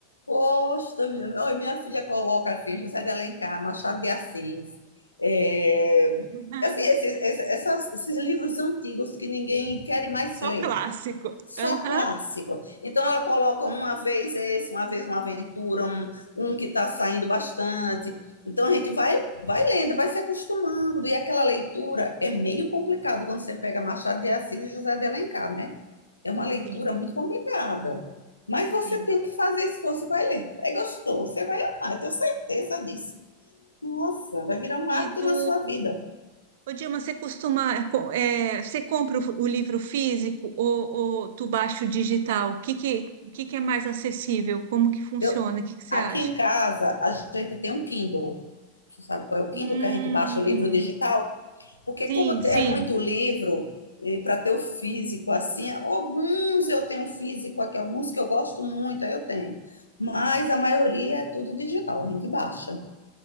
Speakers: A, on the left; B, on the right.
A: Gosta, minha, olha, minha filha coloca assim, José de Alencar, Machado de Assis, é,
B: Uhum.
A: assim, esses, esses, essas- esses livros antigos que ninguém quer mais
B: Só
A: ler,
B: clássico.
A: só
B: Aham.
A: clássico. Então ela coloca uma vez esse, uma vez uma aventura, um, um que está saindo bastante. Então a gente vai, vai lendo, vai se acostumando, e aquela leitura é meio complicado quando você pega Machado de Assis e José de Alencar, né? É uma leitura
B: Sim,
A: muito complicada. Mas você
B: sim.
A: tem que fazer esforço e vai ler. Aí gostou, você vai amar, eu tenho certeza disso. Nossa, vai virar um
B: E
A: hábito
B: tu,
A: na sua vida.
B: ô Dilma, você costuma, é, co- é, você compra o, o livro físico ou, ou tu baixa o digital? O que que, o que que é mais acessível? Como que funciona?
A: Eu,
B: O que que você
A: aqui
B: acha?
A: em casa, a gente tem um Kindle. Você sabe qual é o Kindle
B: Hum,
A: que a gente baixa o livro digital? Porque
B: sim,
A: como
B: sim.
A: é muito livro, e para ter o físico assim, alguns eu tenho um físico aqui, alguns que eu gosto muito, aí eu tenho. Mas a maioria é tudo digital, a gente baixa.